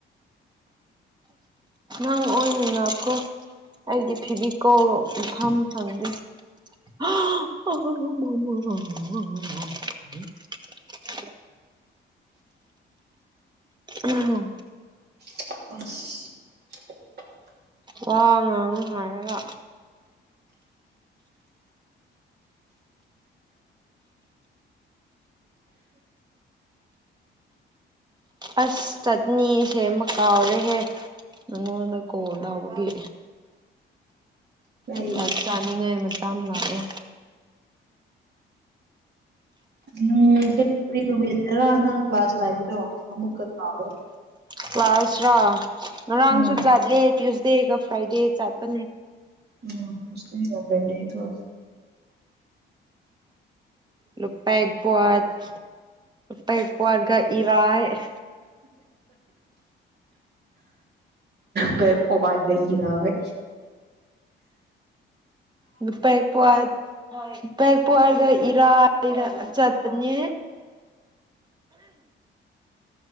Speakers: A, on the right; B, on the right.
A: ꯑꯉꯥꯡ ꯑꯣꯏꯅꯅꯀꯣ ꯑꯩꯗꯤ ꯐꯤꯕꯤꯀꯣꯜ ꯃꯐꯝ ꯐꯪꯗꯦ ꯑꯥ ꯑ ꯃꯃ ꯎꯝ ꯎ ꯑꯍꯝ
B: ꯑꯁ
A: ꯋꯥ ꯉꯥꯡꯉꯣ ꯍꯥꯏꯔꯒ ꯑꯁ ꯆꯠꯅꯤ ꯁꯦꯝꯃ ꯀꯥꯎꯔꯦꯍꯦ ꯅꯉꯣꯟꯗ ꯀꯣꯜ ꯇꯧꯕꯒꯤ
B: ꯀꯩ
A: ꯆꯥꯛ ꯆꯥꯅꯤꯉꯥꯏ ꯃꯇꯝ ꯇꯝ ꯂꯥꯛꯑꯦ
B: ꯎꯝ ꯀꯩ ꯅꯨꯃꯤꯠ ꯇꯔꯥ ꯅꯪ ꯀ꯭ꯂꯥꯁ ꯐꯥꯏꯕꯗꯣ ꯑꯃꯨꯛꯀ ꯀꯥꯎꯔꯦ
A: ꯀ꯭ꯂ꯭ꯥꯁꯔ ꯉꯔꯥꯡꯁꯨ
B: ꯎꯝ
A: ꯆꯠꯂꯦ ꯇꯨꯏꯗꯦ ꯃꯟꯗꯦꯒ ꯐ꯭ꯔꯥꯏꯗꯦ ꯆꯠꯄꯅꯦ
B: ꯎꯝ ꯊꯥꫪꯁꯗꯦ ꯁꯇꯔꯗꯦꯗꯣ
A: ꯂꯨꯞꯄꯦꯡꯄꯣꯠ ꯂꯨꯄꯦꯟꯄꯣꯠꯀ ꯏꯔꯥꯏ ꯎꯝ
B: ꯄꯦꯞ ꯄꯣꯕꯥꯏꯟ ꯏꯔꯒ
A: ꯅꯨꯄꯩꯄꯣꯠ ꯄꯦꯛ ꯄꯣꯛꯑꯔꯒ ꯏꯔꯥꯏꯅ ꯆꯠꯄꯅꯦ